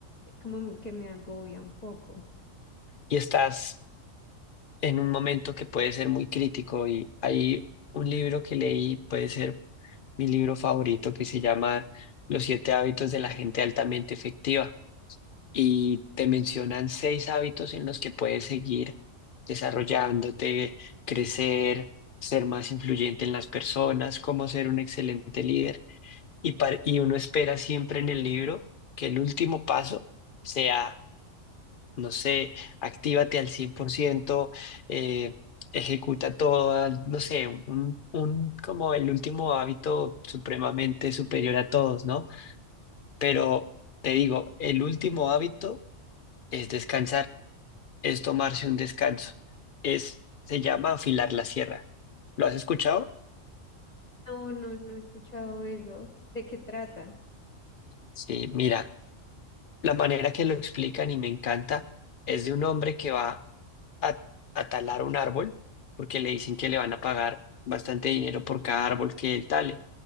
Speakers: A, on the left; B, on the left.
A: como que me agobia un poco.
B: Y estás en un momento que puede ser muy crítico y hay un libro que leí, puede ser mi libro favorito, que se llama Los siete hábitos de la gente altamente efectiva y te mencionan seis hábitos en los que puedes seguir desarrollándote, crecer, ser más influyente en las personas, cómo ser un excelente líder. Y, par- y uno espera siempre en el libro que el último paso sea, no sé, actívate al 100%, eh, ejecuta todo, no sé, un, un, como el último hábito supremamente superior a todos, ¿no? Pero te digo, el último hábito es descansar, es tomarse un descanso, es, se llama afilar la sierra. ¿Lo has escuchado?
A: No, no, no he escuchado eso. ¿De qué trata?
B: Sí, mira, la manera que lo explican y me encanta es de un hombre que va a, a talar un árbol, porque le dicen que le van a pagar bastante dinero por cada árbol que él tale.